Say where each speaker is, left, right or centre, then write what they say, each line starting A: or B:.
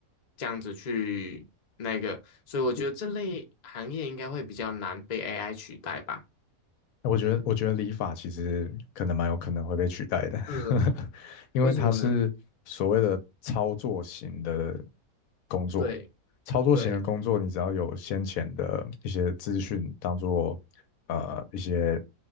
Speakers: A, on the left; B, on the left.
A: 这样子去那个，所以我觉得这类行业应该会比较难被 AI 取代吧。
B: 我觉得，我觉得理法其实可能蛮有可能会被取代的，
A: 是哦，
B: <laughs> 因为它是所谓的操作型的
A: 为什么呢？
B: 工作。
A: 对
B: 操作型的工作，
A: 对，
B: 你只要有先前的一些资讯当做呃一些